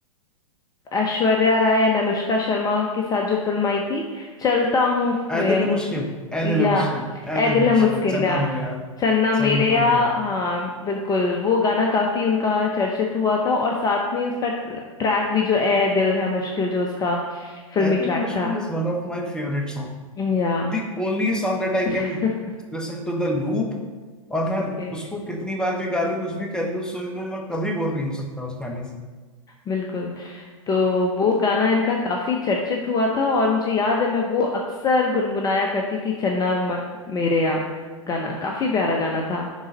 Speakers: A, on the left; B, in the centre.
A: ऐश्वर्या राय एंड अनुष्का शर्मा के साथ जो फिल्म आई थी चलता हूँ
B: ऐ
A: या
B: दिल मुश्किल ऐ
A: या,
B: दिल मुश्किल ऐ
A: ऐ
B: दिल
A: दिल है
B: मुश्किल
A: मुश्किल
B: चन्ना मेरे यार
A: चन्ना मेरेया
B: चन्ना मेरे यार
A: हाँ बिल्कुल वो गाना काफी उनका चर्चित हुआ था और साथ में उसका ट्रैक भी जो ए दिल है मुश्किल जो उसका फिल्मी
B: Ae
A: ट्रैक
B: Dil Mushkil
A: था
B: is one of my favourite song
A: या
B: the only song that I
A: <laughs>
B: can listen to the loop और मैं
A: ओके
B: उसको कितनी बार भी गा लूं कुछ भी कर लूं सुन लूं मैं कभी बोर नहीं हो सकता उस गाने से
A: बिल्कुल तो वो गाना इनका काफी चर्चित हुआ था और मुझे याद है मैं वो अक्सर गुनगुनाया करती थी चन्ना म- मेरेया गाना काफी प्यारा गाना था